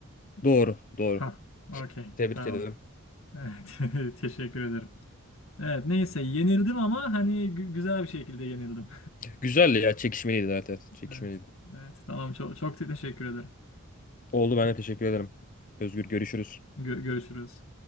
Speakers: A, on the left (about 40°); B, on the left (about 65°).
A: Doğru, doğru.
B: Ha, okey
A: Tebrik
B: tamam.
A: ederim.
B: Evet <laughs> teşekkür ederim. Evet neyse yenildim ama hani gü- güzel bir şekilde yenildim.
A: Güzeldi ya. Çekişmeliydi zaten.
B: <laughs>
A: Çekişmeliydi.
B: Evet. Evet tamam çok çok teşekkür ederim.
A: Oldu ben de teşekkür ederim. Özgür görüşürüz.
B: Gö- görüşürüz.